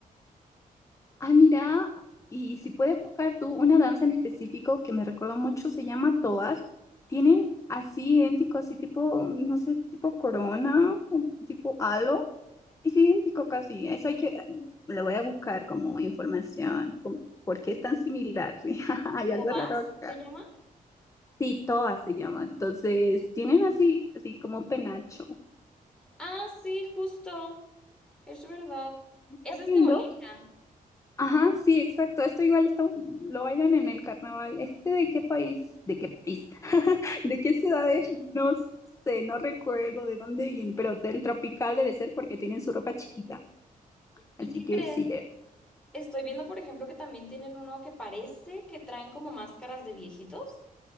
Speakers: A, on the left; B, in the centre.
A: Ay, mira, y si puedes buscar tú una danza en específico que me recordó mucho, se llama Todas. Tienen así idéntico, así tipo, no sé, tipo corona, un tipo halo. Es idéntico casi. Eso hay que, le voy a buscar como información, como por qué es tan similar. <laughs> Hay
B: ¿Tobás
A: algo raro acá.
B: se llama?
A: Sí, Toa se llama. Entonces,
B: Ok.
A: tienen así, así como penacho.
B: Ah, sí, justo. Es verdad.
A: ¿Lo ¿Estás
B: Ese
A: viendo?
B: es de bolita.
A: Ajá, sí, exacto. Esto igual está- lo bailan en el carnaval. ¿Este de qué país? ¿De qué país? <laughs> ¿De qué ciudades? No sé, no recuerdo de dónde viene, pero del tropical debe ser porque tienen su ropa chiquita.
B: ¿Y
A: Así
B: qué
A: que
B: crees?
A: sí, de...
B: Estoy viendo, por ejemplo, que también tienen uno que parece que traen como máscaras de viejitos.